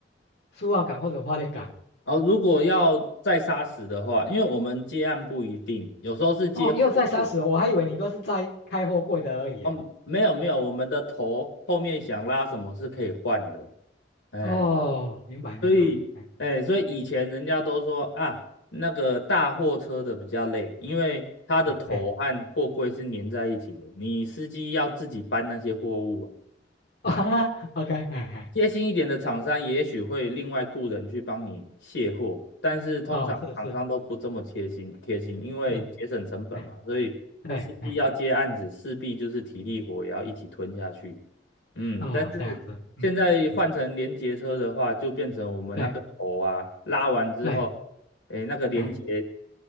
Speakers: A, on the left (about 65°); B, on the left (about 85°).
A: 苏澳港或者花莲港？
B: 哦，如果要再杀死的话，因为我们接案不一定，有时候是接货物。
A: 哦，又在杀死我，我还以为你都是在开货柜的而已耶
B: 哦，没有没有，我们的头后面想拉什么是可以换的。哎，
A: 哦，明白明白，
B: 所以，
A: 哎
B: 哎，所以以前人家都说啊，那个大货车的比较累，因为它的头和货柜是粘在一起的，
A: 嗯哎，
B: 你司机要自己搬那些货物啊。
A: <laughs> 啊，OK，
B: 啊，
A: 哎哎，
B: 贴心一点的厂商也许会另外雇人去帮你卸货，但是通常厂商都不这么贴心贴心，
A: 哦，是是
B: 因为节省成本嘛，
A: 是，哎
B: 所以司机要接案子，
A: 对，哎
B: 势必就是体力活也要一起吞下去。嗯，
A: 哦这样子，
B: 但是现在换成连结车的话，
A: 嗯嗯，
B: 就变成我们那个头啊，
A: 对
B: 拉完之后，
A: 对，
B: 诶，那个连结
A: 哎